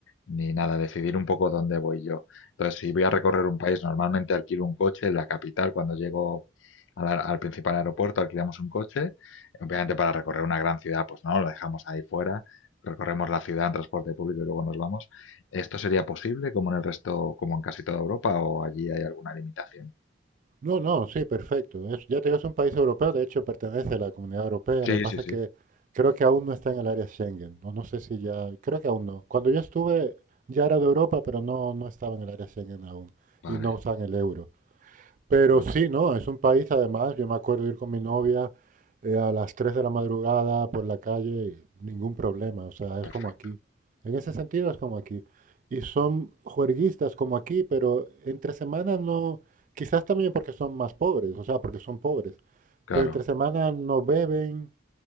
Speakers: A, on the left; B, on the right.
A: ni nada, decidir un poco dónde voy yo. Entonces, si voy a recorrer un país, normalmente alquilo un coche en la capital cuando llego al, aer- al principal aeropuerto, alquilamos un coche. Obviamente para recorrer una gran ciudad, pues no, lo dejamos ahí fuera, recorremos la ciudad en transporte público y luego nos vamos. ¿Esto sería posible como en el resto, como en casi toda Europa o allí hay alguna limitación?
B: No, no, sí, perfecto. Es- ya te digo, es un país europeo, de hecho pertenece a la Comunidad Europea.
A: Sí,
B: Lo que pasa
A: sí, sí.
B: es que creo que aún no está en el área Schengen. No, no sé si ya, creo que aún no. Cuando yo estuve ya era de Europa, pero no, no estaba en el área Schengen aún
A: Vale,
B: y no usaban el euro. Pero
A: vale.
B: sí, ¿no? Es un país, además, yo me acuerdo ir con mi novia eh, a las 3 de la madrugada por la calle y ningún problema, o sea,
A: Perfecto,
B: es como aquí. En ese sentido es como aquí. Y son juerguistas como aquí, pero entre semanas no, quizás también porque son más pobres, o sea, porque son pobres,
A: claro,
B: pero entre semanas no beben,